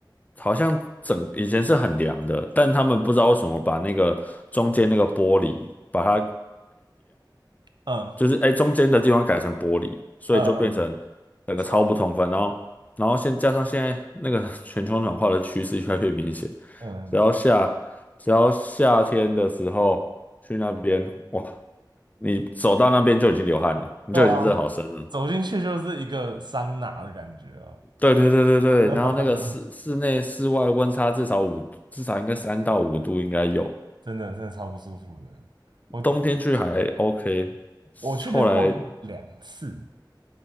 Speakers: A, on the left; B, on the right.
A: 好像整以前是很凉的，但他们不知道为什么把那个中间那个玻璃把它
B: 嗯
A: 就是哎中间的地方改成玻璃，所以就变成
B: 嗯嗯，
A: 整个超不通风。
B: 超冷
A: 然后，然后现加上现在那个 <laughs> 全球暖化的趋势越来越明显，
B: 嗯，
A: 只要夏只要夏天的时候去那边，哇，你走到那边就已经流汗了，你就已经热好深了。
B: 对啊，走进去就是一个桑拿的感觉啊，
A: 对对对对对，
B: <laughs>
A: 然后那个室室内室外温差至少五，至少应该三到五度应该有，
B: 真的真的超不舒服的，我
A: 冬天去还 OK，
B: 我去练过两次，
A: 后来